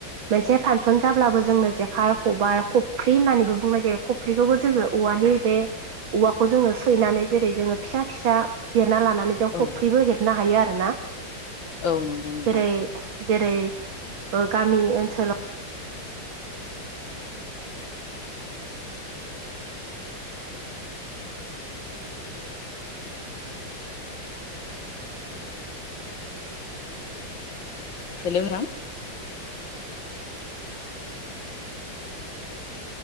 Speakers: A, on the right (about 85°); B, on the left (about 75°).
A: मोनसे फांसन जाब्लाबो जोंनो ज खाइ खबाइ खफ्रि होननानैबो बुंनाय जायो खफ्रिखौबो जोङो औवानि बे औवाखौ जोङो सैनानै जेरै जोङो फिसा फिसा जिरना लानानै जों खफ्रिबो
B: औ
A: हेबनो हायो आर ना
B: औ नंगौ नोंथां
A: जेरै जेरै गामि ओनसोलाव
B: हेल नोंथां।